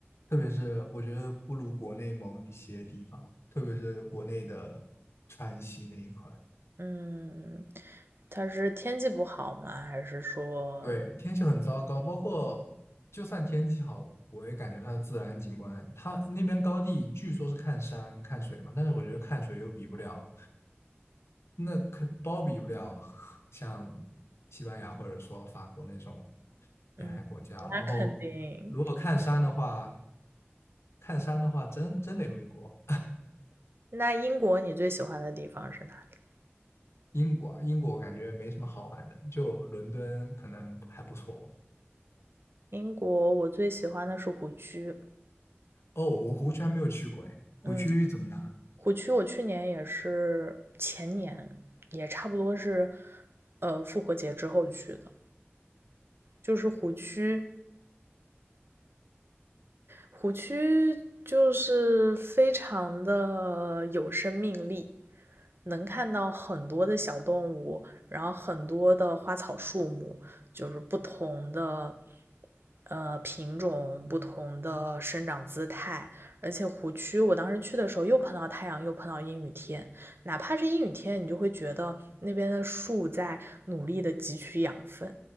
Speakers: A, on the left; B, on the right.
A: 特别是我觉得不如国内某一些地方，特别是国内的川西那一块。
B: 嗯，它是天气不好吗？还是说？
A: 对，天气很糟糕，包括就算天气好，我也感觉它的自然景观，它那边高地据说是看山看水嘛，但是我觉得看水又比不了，那可包比不了像西班牙或者说法国那种沿海国家。
B: 嗯，
A: 然后
B: 那肯定。
A: 如果看山的话，看山的话真真得回国，
B: 那英国你最喜欢的地方是哪里？
A: <laughs> 英国啊，英国我感觉没什么好玩的，就伦敦可能还不错吧。
B: 英国我最喜欢的是湖区。
A: 哦，我湖区还没有去过，哎，湖区怎么样？
B: 嗯，湖区我去年也是，前年也差不多是，呃，复活节之后去的。就是湖区，湖区就是非常的有生命力，能看到很多的小动物，然后很多的花草树木，就是不同的呃品种、不同的生长姿态。而且湖区，我当时去的时候又碰到太阳，又碰到阴雨天，哪怕是阴雨天，你就会觉得那边的树在努力的汲取养分，